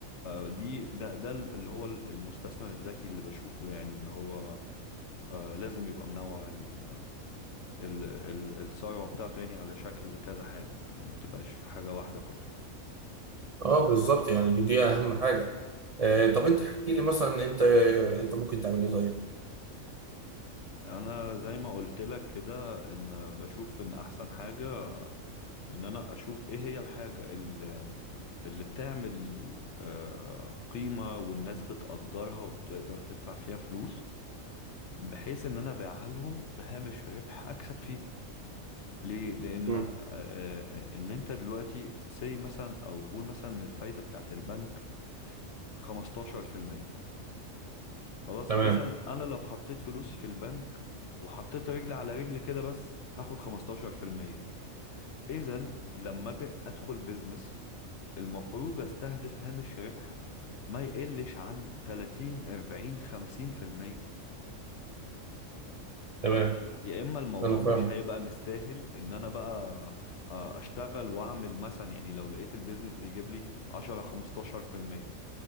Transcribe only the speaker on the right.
آه، بالظبط يعني دي اهم حاجه آه طب انت احكي لي مثلا انت انت ممكن تعمل ايه طيب
مم.
تمام
تمام
انا فاهم